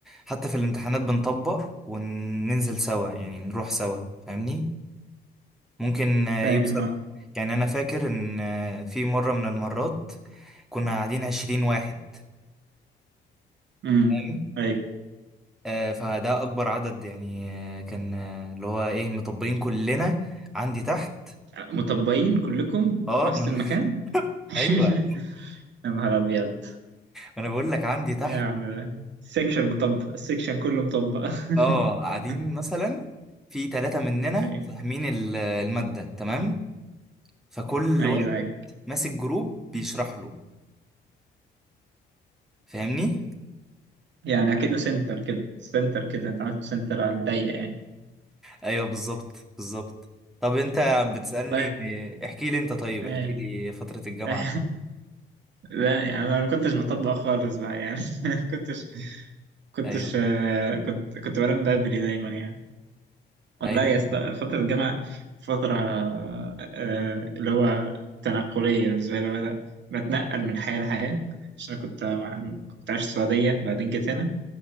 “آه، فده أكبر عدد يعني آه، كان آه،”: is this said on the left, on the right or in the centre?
Centre